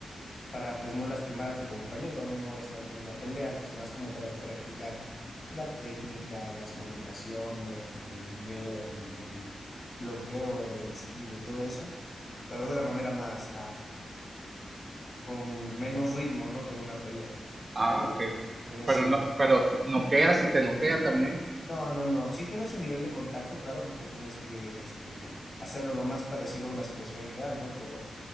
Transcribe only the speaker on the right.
Ah,
ok.
Pero
no, pero noqueas y te noquean también.